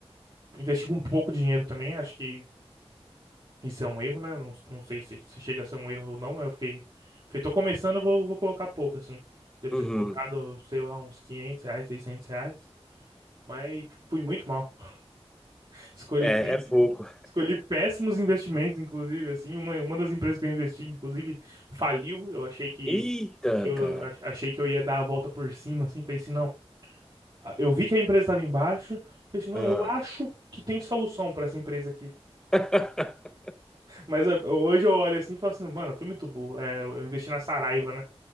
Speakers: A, on the right (about 50°); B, in the centre.
A: investir com pouco dinheiro também. Acho que isso é um erro, né? Não, não sei se, se chega a ser um erro ou não, mas eu fiquei. Falei, tô começando, vou, vou colocar pouco, assim. Devo
B: Uhum.
A: ter colocado, sei lá, uns 500 reais, 600 reais. Mas fui muito mal. <laughs> Escolhi
B: É,
A: péss-
B: é pouco.
A: Escolhi péssimos investimentos, inclusive, assim, uma, uma das empresas que eu investi, inclusive, faliu. Eu achei que,
B: Eita,
A: que eu
B: cara.
A: ach- achei que eu ia dar a volta por cima, assim, falei assim, não, Eu vi que a empresa estava em baixa. Falei assim, não,
B: Ah.
A: eu acho que tem solução para essa empresa aqui.
B: <laughs>
A: Mas é, hoje eu olho assim e falo assim, mano, eu fui muito burro. É, eu investi na Saraiva, né?